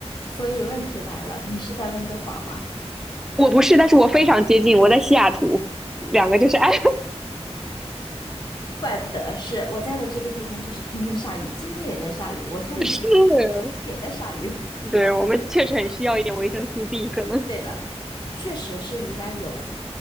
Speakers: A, on the left; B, in the centre.
A: 所以问题来了，你是在温哥华吗？
B: 我不是，但是我非常接近，我在西雅图，两个就是 <laughs> 哎
A: 怪不得是我在的这个地方，就是天天下雨，今天也在下雨。我猜你那个地方今天也在下雨。
B: 是，
A: <laughs>
B: 对我们确实很需要一点维生素 D，可能
A: 对的，确实是鱼肝油，